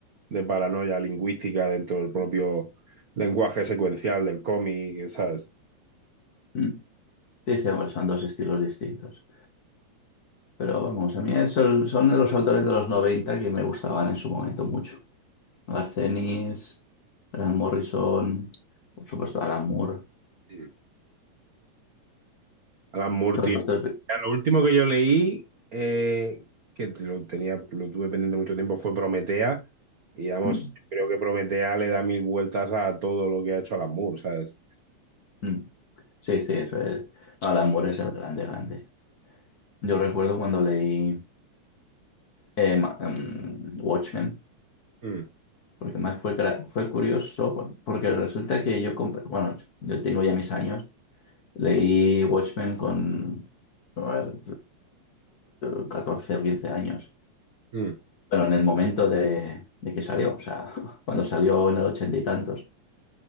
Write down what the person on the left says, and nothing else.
mm. Sí, sí, bueno, son dos estilos distintos. Pero vamos, a mí es- son, son de los autores de los 90 que me gustaban en su momento mucho. Garcenis, Grant Morrison, por supuesto Alan Moore,
todos estos.
Mm,
mm. Sí, sí, eso es. Alan Moore es el grande, grande. Yo recuerdo cuando leí eh, ma- em, Watchmen,
porque más fue, cra- fue curioso, por- porque resulta que yo compré, bueno, yo tengo ya mis años, leí Watchmen con, a ver, eh, 14 o 15 años,
pero en el momento de, de que salió, o sea, <laughs> cuando salió en el ochenta y tantos.